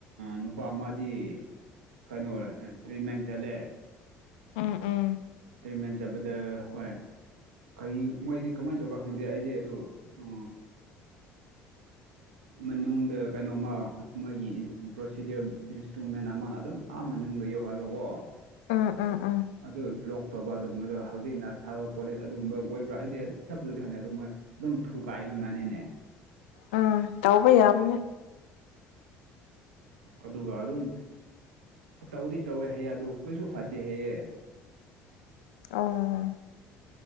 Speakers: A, on the right (about 85°); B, on the left (about 80°).
A: ꯅꯨꯄꯥ ꯃꯥꯗꯤ ꯀꯩꯅꯣ ꯇ꯭ꯔꯤꯠꯃꯦꯟ ꯆꯠꯂꯦ
B: ꯎꯝ ꯎꯝ
A: ꯇ꯭ꯔꯤꯠꯃꯦꯟ ꯆꯠꯄꯗ ꯍꯣꯏ ꯀꯔꯤ ꯃꯣꯏꯗꯤ ꯀꯃꯥꯏꯅ ꯇꯧꯕꯥ ꯈꯪꯅꯗꯦ ꯑꯩꯗꯤ ꯑꯗꯣ ꯎ ꯎꯝ ꯃꯅꯨꯡꯗ ꯀꯩꯅꯣꯝꯃ ꯃꯥꯣꯏꯒꯤ ꯄ꯭ꯔꯣꯁꯤꯗꯤꯌꯔ ꯏꯟꯁꯇ꯭ꯔꯨꯃꯦꯟ ꯑꯃ ꯑꯗꯨꯝ ꯑꯥ ꯃꯅꯨꯡꯗꯗ ꯌꯧꯍꯜꯂꯣꯀꯣ
B: ꯎꯝ ꯎꯝ ꯎꯝ
A: ꯑꯗꯨ ꯕ꯭ꯂꯣꯛ ꯇꯧꯕ ꯑꯗꯨꯒꯨꯝꯕꯗꯣ ꯍꯧꯖꯤꯛꯅ ꯁꯥꯕ ꯄꯣꯂꯤꯠ ꯑꯗꯨꯒꯨꯝꯕ ꯑꯣꯏꯕ꯭ꯔꯥ ꯑꯩꯗꯤꯗꯤ ꯆꯞ ꯆꯁꯨꯗꯤ ꯍꯥꯟꯅꯤ ꯑꯗꯨꯒꯨꯝ ꯃꯣꯏ ꯑꯗꯨꯝ ꯊꯨꯒꯥꯏꯕ ꯃꯅꯤꯅꯦ
B: ꯎꯝ ꯇꯧꯕ ꯌꯥꯕꯅꯦ
A: ꯑꯗꯨꯒ ꯑꯗꯨꯝ ꯇꯧꯗꯤ ꯇꯧꯋꯦ ꯍꯌꯦ ꯑꯗꯨ ꯀꯩꯁꯨ ꯐꯠꯇꯦ ꯍꯌꯦꯑꯦ
B: ꯑꯣ